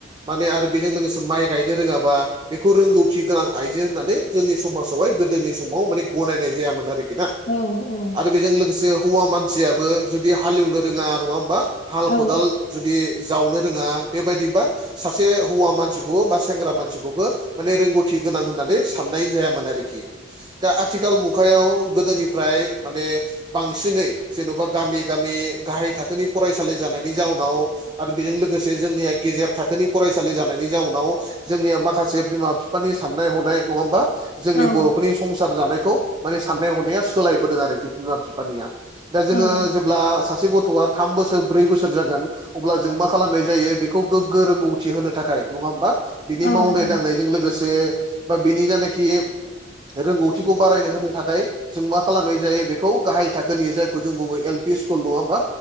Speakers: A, on the right (about 25°); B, on the left (about 40°).
A: माने आरो बेजों लोगोसे माइ गायनो रोङाबा बेखौ रोंगौथि गोनां आइजो होननानै जोंनि समाजावहाय गोदोनि समाव माने गनायनाय जायामोन आरोखि ना
B: औ औ
A: आरो बेजों लोगोसे हौवा मानसियाबो जुदि हालेवनो रोङा नङा होमबा हाल
B: औ
A: खदाल जुदि जावनो रोङा बेबायदिबा सासे हौवा मानसिखौबो बा सेंग्रा मानसिखौबो माने रोंग'थि गोनां होननानै साननाय जायामोन आरोखि दा आथिखाल मु गायाव गोदोनिफ्राय माने बांसिनै जेन'बा गामि गामि गाहाय थाखोनि फरायसालि जानायनि जाउ नाव आरो बेजों लोगोसे जोंनिया गेजेर थाखोनि फरायसालि जानायनि जाउनाव जोंनिया माखासे बिमा फिफानि साननाय हनाय नङा होमबा जोंनि
B: औ औ
A: बर'फोरनि संसार जानायखौ माने साननाय हनाया सोलायबोदों आरोखि बिमा फिफानिया दा जोङो
B: औ
A: जेब्ला सासे गथ'आ थाम बोसोर ब्रै बोसोर जागोन अब्ला जों मा खालामनाय जायो बेखौ गोग्गो रोंगौथि होनो थाखाय नङा होमबा बिनि
B: औ
A: मावनाय
B: नोंथां
A: दांनायजों लोगोसे बा बिनि जानाखि रोंगौथिखौ बारायनो होनो थाखाय जों मा खालामनाय जायो बेखौ गाहाय थाखोनि जायखौ जों बुङो एल पि स्कुल नङा होमबा